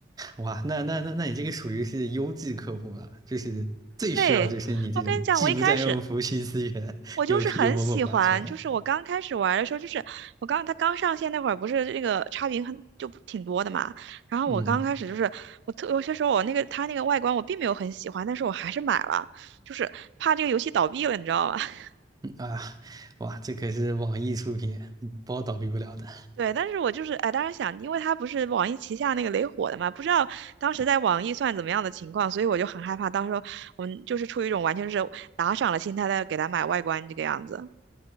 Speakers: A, on the right; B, on the right.
A: 哇，那那那那你这个属于是优质客户了，就是最需要就是你这种既不占用服务器资源，
B: <laughs> 对，我跟你讲，我一开始我就是很喜欢，
A: 又又默默花钱。
B: 就是我刚开始玩的时候，就是我刚它刚上线那会儿，不是那个差评很就不挺多的嘛。然后我刚开始就是我特有些时候我那个它那个外观我并没有很喜欢，
A: 嗯
B: 但是我还是买了，就是怕这个游戏倒闭了，你知道吧？<laughs>
A: 嗯啊，哇，这可是网易出品，嗯包倒闭不了的。
B: 对，但是我就是哎，当时想，因为它不是网易旗下那个雷火的嘛，不知道当时在网易算怎么样的情况，所以我就很害怕，到时候我们就是出于一种完全是打赏的心态在给它买外观这个样子。